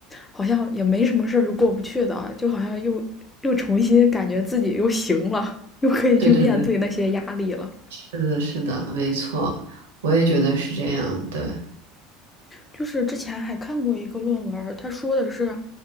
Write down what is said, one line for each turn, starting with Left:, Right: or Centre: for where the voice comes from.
Left: 好像也没什么事儿是过不去的，就好像又又重新感觉自己又行了，又可以去面对那些压力了。
Right: 对对对。是的，是的，没错，我也觉得是这样。对，
Left: 就是之前还看过一个论文他说的是，